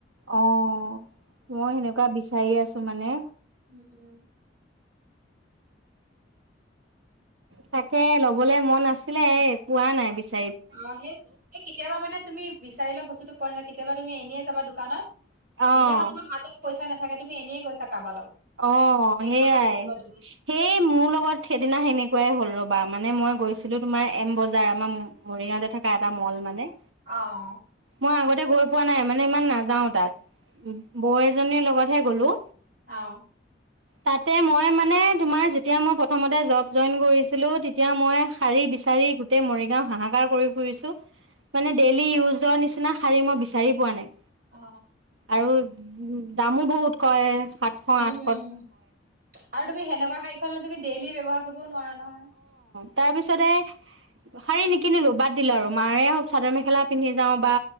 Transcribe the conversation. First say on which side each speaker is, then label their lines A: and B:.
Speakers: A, on the right; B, on the right.
A: অ' মই সেনেকুৱা বিচাৰি আছো মানে।
B: উম উম।
A: তাকে ল'বলে মন আছিলে এ পোৱা নাই বিচ
B: অ সেই সেই কেতিয়াবা মানে তুমি বিচাৰিলে বস্তুটো পোৱা নাই কেতিয়াবা তুমি এনে যাবা দোকানত
A: অ',
B: যিদিনাখন তোমাৰ হাতত পইচা নাথাকে তুমি অনেই গৈছা। কাৰোবাৰ লগত
A: অ'
B: সেইদিনাখন
A: সেইয়াই,
B: দেখিবা তুমি
A: সেই মোৰ লগত সেইদিনা সেনেকুৱাই হ'ল, ৰ'বা মানে মই
B: উম
A: গৈছিলো তোমাৰ এম বজা যায় মাম মৰিগাওঁতে থাকে এটা মল মানে
B: অহ
A: মই আগতে গৈ পোৱা নাই মানে ইমান নাযাওঁ তাত বৌ এজনীৰ লগত হে গ'লো
B: অ'।
A: তাতে মই মানে তোমাৰ যেতিয়া মই প্ৰথমতে জব জইন কৰিছিলোঁ, তেতিয়া মই শাৰী বিচাৰি গোটেই মৰিগাওঁ হাহাকাৰ কৰি ফুৰিছোঁ, মানে ডেইলী ইউজৰ নিচিনা শাৰী মই বিচাৰি পোৱা নাই।
B: অ অ
A: আৰু দামো বহুত কয়। সাতশ
B: উম
A: আঠ
B: উম আৰু তুমি হেনেকুৱা শাৰীখন তুমি ডেইলি ব্যৱহাৰ কৰিবও নোৱাৰা নহয়
A: তাৰ পিছতে শাৰী নিকিনিলো বাদ দিলো আৰু মাৰে হওঁক চাদৰ মেখেলা পিন্ধি যাওঁ বা